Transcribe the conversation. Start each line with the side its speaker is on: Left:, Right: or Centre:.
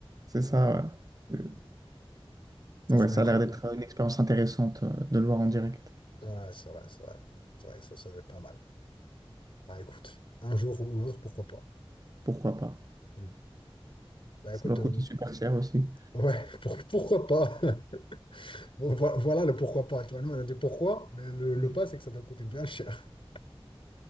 Right: C'est ça, ouais. Euh,
Left: Ça,
Right: donc,
Left: ça
Right: ouais,
Left: va
Right: ça
Left: être
Right: a l'air
Left: cool.
Right: d'être une expérience intéressante euh, de le voir en direct.
Left: Ouais, c'est vrai, c'est vrai. C'est vrai, ça, ça va être pas mal. Bah, écoute, un jour ou l'autre, pourquoi pas.
Right: Pourquoi pas?
Left: Hmm. Bah,
Right: Ça
Left: écoute,
Right: doit
Left: euh,
Right: coûter super cher aussi.
Left: ouais, <laughs> pour- pourquoi pas. <laughs> Bon, vo- voilà le pourquoi pas. Tu vois, nous, on a dit pourquoi, mais le, le
Right: Mhm.
Left: pas, c'est que ça doit coûter bien cher. <laughs>